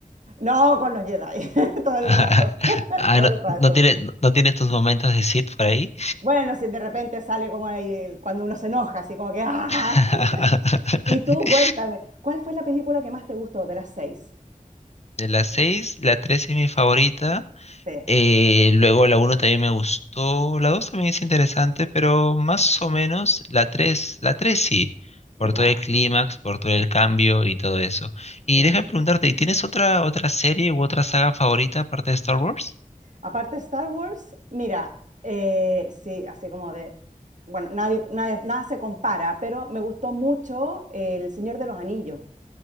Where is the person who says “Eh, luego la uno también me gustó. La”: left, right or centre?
Left